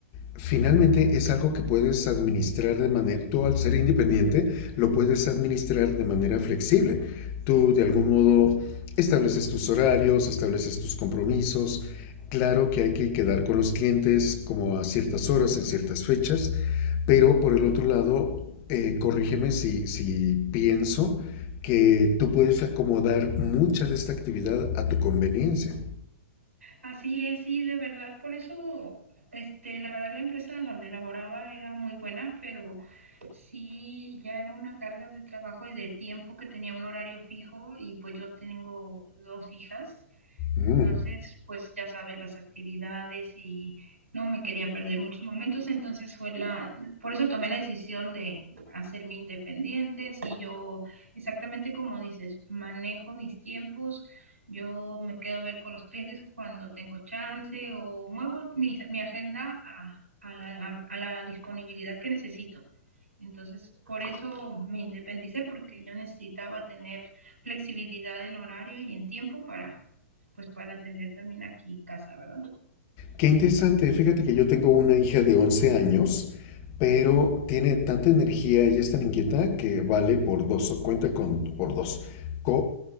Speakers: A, on the left (about 35°); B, on the right (about 65°).
A: finalmente es algo que puedes administrar de manera, tú al ser independiente, lo puedes administrar de manera flexible. Tú de algún modo estableces tus horarios, estableces tus compromisos. Claro que hay que quedar con los clientes como a ciertas horas, en ciertas fechas, pero por el otro lado, eh, corrígeme si, si pienso que tú puedes acomodar mucha de esta actividad a tu conveniencia.
B: Así es, sí, de verdad, por eso, este, la verdad la empresa donde laboraba era muy buena, pero sí, ya era una carga de trabajo y de tiempo que tenía un horario fijo y pues yo tengo dos hijas, entonces
A: Mm.
B: pues ya sabes las actividades y no me quería perder muchos momentos, entonces fue la, por eso tomé la decisión de hacerme independiente, y yo exactamente como dices, manejo mis tiempos yo me quedo a ver con los clientes cuando tengo chance o muevo mi, mi agenda a, a, la, a, a la disponibilidad que necesito. Entonces, por eso me independicé, porque yo necesitaba tener flexibilidad en horario y en tiempo para, pues, para atender también aquí casa, ¿verdad?
A: Qué interesante, fíjate que yo tengo una hija de 11 años, pero tiene tanta energía, ella es tan inquieta que vale por dos, o cuenta con por dos, co-